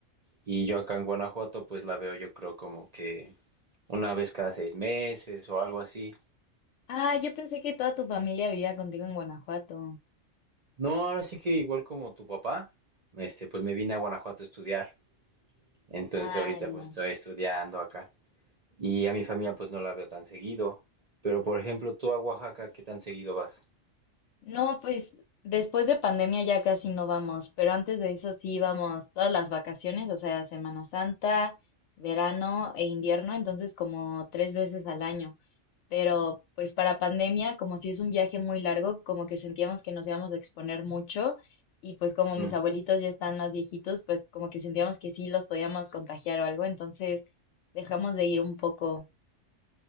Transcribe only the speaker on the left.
Ah, yo pensé que toda tu familia vivía contigo en Guanajuato.
Ah,
ya.
No, pues después de pandemia ya casi no vamos, pero antes de eso sí íbamos todas las vacaciones, o sea, Semana Santa, verano e invierno, entonces como tres veces al año. Pero pues para pandemia, como si es un viaje muy largo, como que sentíamos que nos íbamos a exponer mucho y pues como mis
abuelitos ya están más viejitos, pues como que sentíamos que sí los podíamos contagiar o algo, entonces dejamos de ir un poco.